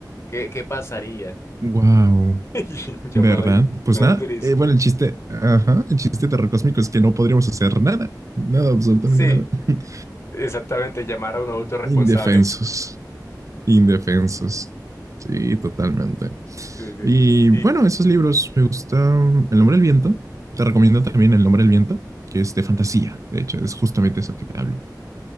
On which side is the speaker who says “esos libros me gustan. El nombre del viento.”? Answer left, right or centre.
Right